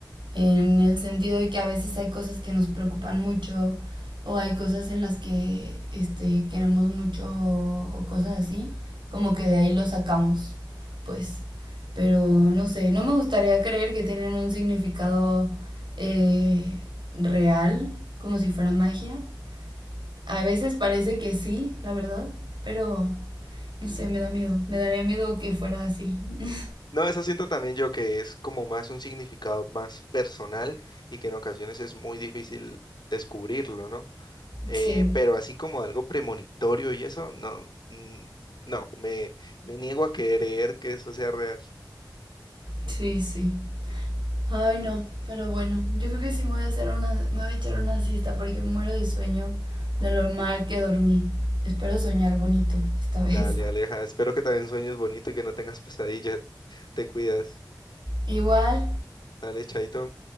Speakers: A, on the right; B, on the left.
A: en el sentido de que a veces hay cosas que nos preocupan mucho o hay cosas en las que este, queremos mucho o cosas así, como que de ahí lo sacamos, pues. Pero no sé, no me gustaría creer que tienen un significado eh, real, como si fuera magia, a veces parece que sí, la verdad, pero no sé, me da miedo. Me daría miedo que fuera así. <laughs>
B: No, eso siento también yo que es como más un significado más personal y que en ocasiones es muy difícil descubrirlo, ¿no? Eh,
A: Sí,
B: pero así como algo premonitorio y eso, no, mm, no, me, me niego a creer que eso sea real.
A: Sí, sí. Ay, no, pero bueno, yo creo que sí me voy a hacer una, me voy a echar una siesta porque muero de sueño de lo mal que dormí. Espero soñar bonito esta
B: Dale,
A: <laughs> vez.
B: Aleja, espero que también sueñes bonito y que no tengas pesadillas. <laughs> Te cuidas.
A: Igual,
B: Dale, chaito.